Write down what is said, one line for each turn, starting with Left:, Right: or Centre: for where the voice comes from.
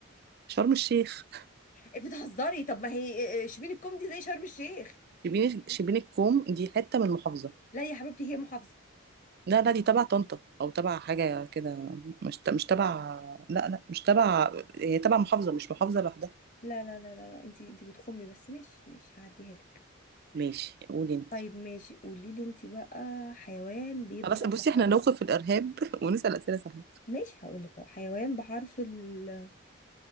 Right: شرم الشيخ
Left: بتهزري طب ما هي شبين الكومدي زي شرم الشيخ
Right: شبين شبين الكوم دي حتة من المحافظة
Left: لا يا حبيبتي هي محافظة
Right: لا لا دي تبع طنطا او تبع حاجة كده مش ت- مش تبع لا لا مش تبع هي تبع محافظة مش محافظة لوحدها
Left: لا لا لا لا, لا. انتي انتي بتخمي بس ماشي ماشي هعديها لك
Right: ماشي قولي انت
Left: طيب ماشي قولي لي انتي بقى حيوان بيبدأ
Right: خلاص بصي
Left: بحرف
Right: احنا نوقف الارهاب <laughs> ونسأل اسئلة سهلة
Left: ماشي هقول لك اهو، حيوان بحرف ال